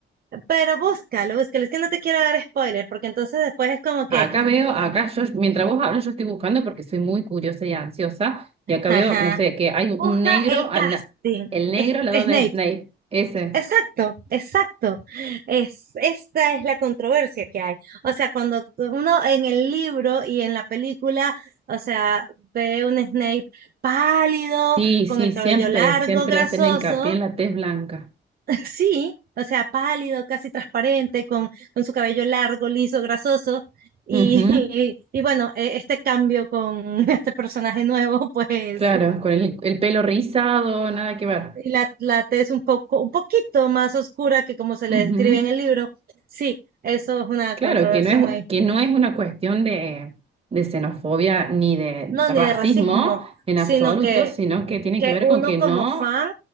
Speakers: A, on the right; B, on the right.
A: Pero búscalo, búscalo. Es que no te quiero dar spoiler, porque entonces después es como que,
B: Acá veo, acá yo, mientras vos hablas, yo estoy buscando porque soy muy curiosa y ansiosa. Y acá
A: ajá,
B: veo, no sé, que hay un
A: busca
B: negro,
A: el
B: al
A: casting.
B: la- el negro
A: Es,
B: al lado
A: Snape.
B: de Snape. Ese.
A: Exacto, exacto. Es, esta es la controversia que hay. O sea, cuando tú- uno en el libro y en la película, o sea, ve un Snape pálido,
B: Sí, sí,
A: con el
B: siempre,
A: cabello largo,
B: siempre
A: grasoso,
B: hacen hincapié en la tez blanca.
A: <laughs> sí, o sea, pálido, casi transparente, con, con su cabello largo, liso, grasoso. Y,
B: Ujú.
A: <laughs> y, bueno, e- este cambio con <laughs> este personaje nuevo, pues
B: Claro, con el, el pelo rizado, nada que ver.
A: Y la, la T es un poco, un poquito más oscura que como se
B: Ujú.
A: le describe en el libro. Sí, eso es una
B: Claro,
A: controversia
B: que no es,
A: muy,
B: que no es una cuestión de, de xenofobia ni de
A: no
B: racismo
A: ni de racismo,
B: en
A: sino
B: absoluto,
A: que,
B: sino que tiene
A: que
B: que ver
A: uno
B: con que no,
A: como fan